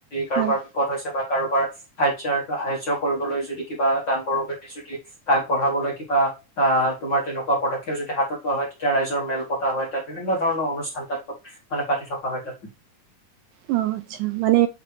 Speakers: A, on the left; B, on the right.
A: কাৰ
B: হয়
A: বা বিপত হৈছে বা। কাৰোবাৰ সাহ্যাৰ সাহা্য কৰিবলৈ যদি কিবা দান বৰঙদি যদি আগবঢ়াবলৈ। বা আহ তোমাৰ তেনেকুৱা পদক্ষেপ যতিদি হাতত পোৱা হয় তেতিয়া ৰাইজৰ মেল পতা হয় তাত বিভিন্ন ধৰণৰ অনুষ্ঠান। তাত মানে পাতি থকা হয় তাত।
B: উ <unintelligible> অ আচ্ছা। মানে